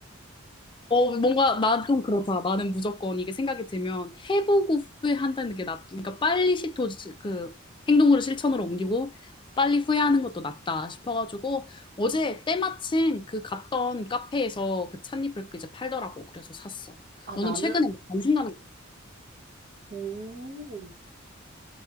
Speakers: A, on the left; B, on the right.
A: 어, 뭔가 나 좀 그렇다. 나는 무조건 이게 생각이 들면 해보고 후회한다는 게 낫, 그러니까 빨리 시도 그 행동으로 실천으로 옮기고 빨리 후회하는 것도 낫다 싶어가지고 어제 때마침 그 갔던 카페에서 그 찻잎을 그 이제 팔더라고. 그래서 샀어.
B: 아,
A: 너는
B: 나는,
A: 최근에 뭐 관심가는
B: 오,